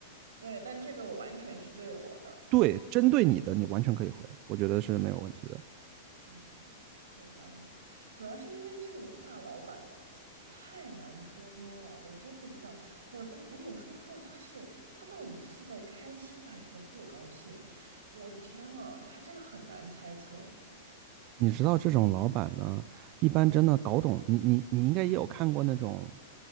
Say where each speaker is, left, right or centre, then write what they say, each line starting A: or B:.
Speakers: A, on the right (about 85°); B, on the right (about 45°).
A: 对，但这个我完全是对我的。
B: 对，针对你的，你完全可以回，我觉得是没有问题的。
A: 嗯，有道理，主要是因为这种大老板太难捉摸了，我真不知道，我都我有时候都不知道他是他到底是在开心还是在不高兴，我天啊，他真的很难猜测。
B: 你知道这种老板呢，一般真的搞懂你，你你应该也有看过那种，